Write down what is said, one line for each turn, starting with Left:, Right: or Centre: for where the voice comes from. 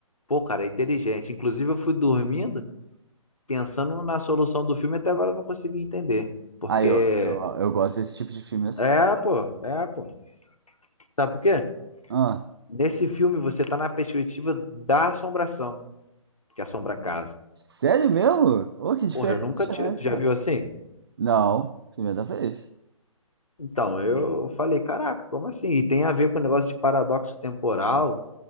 Left: Pô, cara, é inteligente. Inclusive, eu fui dormindo pensando na solução do filme, até agora eu não consegui entender. Porque.
Right: Ah, eu, eu, eu gosto desse tipo de filme assim.
Left: É, pô, é, pô. Sabe por quê?
Right: Ah,
Left: Nesse filme você tá na perspectiva da assombração, que assombra a casa.
Right: sério mesmo? Ô, que diferente,
Left: Porra, eu nunca tinha.
Right: né,
Left: Tu
Right: cara?
Left: já viu assim?
Right: Não, primeira vez.
Left: Então, eu falei, caraca, como assim? E tem a ver com o negócio de paradoxo temporal.